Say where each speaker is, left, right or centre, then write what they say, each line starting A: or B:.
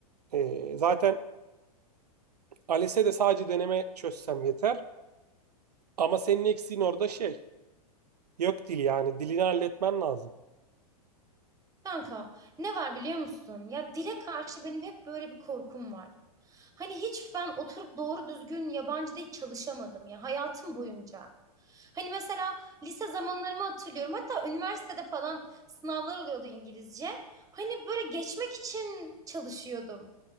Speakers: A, on the right; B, on the right.
A: Ee, zaten ALES'e de sadece deneme çözsem yeter. Ama senin eksiğin orada şey. Yok dil yani. Dilini halletmen lazım.
B: Kanka ne var biliyor musun? Ya dile karşı benim hep böyle bir korkum var. Hani hiç ben oturup doğru düzgün yabancı dil çalışamadım ya hayatım boyunca. Hani mesela lise zamanlarımı hatırlıyorum. Hatta üniversitede falan sınavlar oluyordu İngilizce. Hani böyle geçmek için çalışıyordum.